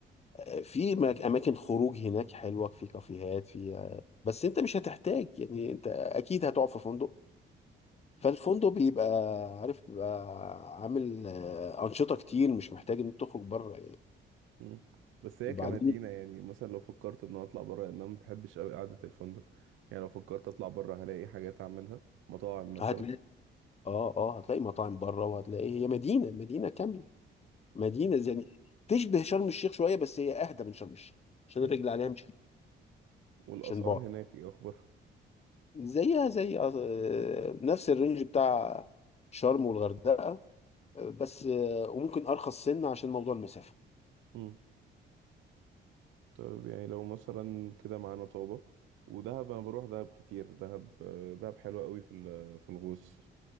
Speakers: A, on the left; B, on the right.
A: ففي أماكن خروج هناك حلوة في كافيهات في آه، بس أنت مش هتحتاج يعني أنت أكيد هتقعد في فندق فالفندق بيبقى عارف بيبقى عامل آه، أنشطة كتير مش محتاج إن أنت تخرج بره يعني
B: مم. بس هي
A: وبعدين
B: كمدينة يعني مثلا لو فكرت ان انا اطلع بره لان انا ما بحبش قوي قعدة الفندق يعني لو فكرت اطلع بره هلاقي حاجات اعملها مطاعم مثلا
A: صحيح هتلاقي اه اه هتلاقي مطاعم بره وهتلاقي هي مدينه مدينه كامله مدينه زي يعني تشبه شرم الشيخ شويه بس هي اهدى من شرم الشيخ عشان
B: مم.
A: الرجل عليها مش
B: والاسعار
A: عشان بعد
B: هناك ايه اخبارها
A: زيها زي آه، نفس الرينج بتاع شرم والغردقه آه، بس آه، وممكن ارخص سنه عشان موضوع المسافه
B: مم. طيب يعني لو مثلا كده معانا طابة ودهب انا بروح دهب كتير دهب آه، دهب حلوة قوي في ال- في الغوص